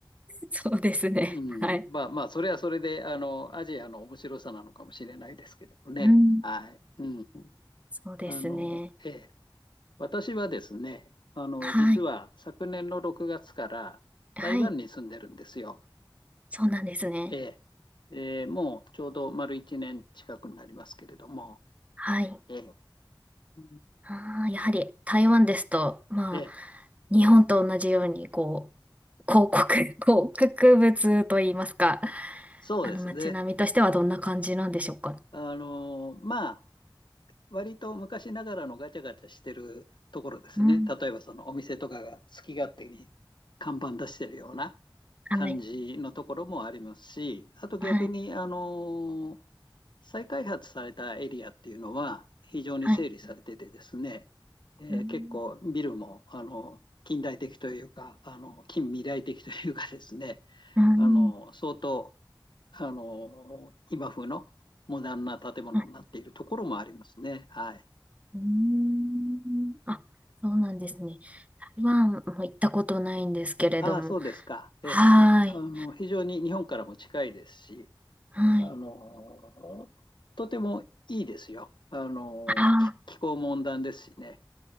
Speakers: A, on the right; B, on the left.
A: そうですね。
B: うん、
A: はい。
B: まあまあ、それはそれで、あの、アジアの面白さなのかもしれないですけどもね。
A: うん。
B: はい。うん。
A: そうですね。
B: あの、ええ。私はですね、あの、
A: はい。
B: 実は昨年の6月から台湾に住んでるんですよ。
A: はい。そうなんですね。
B: ええ。えーもうちょうど丸1年近くになりますけれども。
A: はい。
B: ええ。うん
A: ああ、やはり台湾ですと、まあ、
B: ええ、
A: 日本と同じように、こう、広告、<laughs> 広告物といいますか、
B: そうですね。
A: あの街並みとしてはどんな感じなんでしょうか。
B: あの、ま割と昔ながらのガチャガチャしてるところですね。
A: うん、
B: 例えばそのお店とかが好き勝手に看板出してるような
A: はい、
B: 感じのところもありますし、あと逆に、
A: はい、
B: あのー再開発されたエリアっていうのは非常に整理されててですね、
A: はい。
B: えー結構ビルも、
A: うん、
B: あの、近代的というか、あの、近未来的というかですね、
A: うん、
B: あの、相当、あの、今風のモダンな建物になっているところもありますね。
A: はい。
B: はい。
A: うん、あ、そうなんですね。台湾も行ったことないんですけれども。
B: ああ、そうですか。ええ。
A: はーい、
B: あの、非常に日本からも近いですし、
A: はい。
B: あの、とてもいいですよ。あの、
A: あー、
B: 気、気候も温暖ですしね。